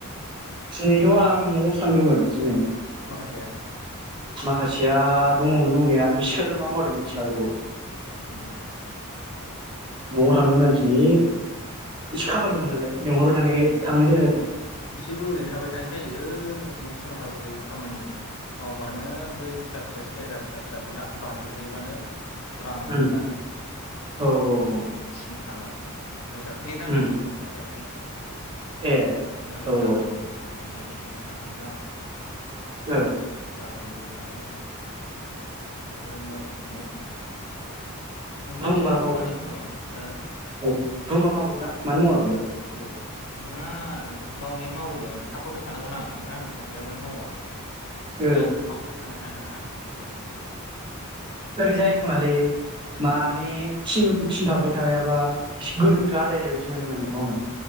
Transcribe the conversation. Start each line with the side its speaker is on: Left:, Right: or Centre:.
Right: दिनैथ' आं न'आवसो थांदोंमोन दिनै
Left: माखासेया
Right: माखासेया दङमोन दंनाया बिसोर मा मावदों मिथिला बेखौ
Left: उम
Right: न'आव थांदोंमोन आं दिनि एसे खामानि दंमोन नालाय लिंहरबाय थानायखाय
Left: उम
Right: थांनाय जादों आरो
Left: बिसोरबो ओरैनो थाबाय थानाय जायो ओरै न' सिगाव थाबाय थायो खामानि मावबानो बै फिसा फिसा सेरजा फिसा फिसाखौ दा बानायबाय थायोबानो रां
Right: आरो
Left: मोनो
Right: उम
Left: आरोखि
Right: औ औ औ
Left: आं थिनखानाय ओमफाय दाखालैनि दामखौनो
Right: उम
Left: होनो मोनाखै आरोखि ना
Right: ए
Left: लाय
Right: औ
Left: गाबोन
Right: औ
Left: <unintelligible> दाख्लैनि रांखौ
Right: ओ
Left: गाबोन होनानै आरो मावफिनोना मावफिना मोनबाय
Right: बुंबा
Left: थायो आरो
Right: मावगोनदां
Left: बानायबाय थामोन हो
Right: औ बुंबा मावगोनदां मानो मावा बेलाय
Left: औ नोंङा मावनाया मावो ओमफाय थाफाबाय थानांगौ नाआं ओमफ्राय आं थाफायाबानो मावा ओरै
Right: ओ
Left: आंथ' थाफाबाय थानो हायाना मनथ्रि
Right: ओरै जायोखोमालै माने <unintelligible> थाबाय थायाबा एसे गोनो गोथ आन्दायनाय बायदि मोनो माने मावनो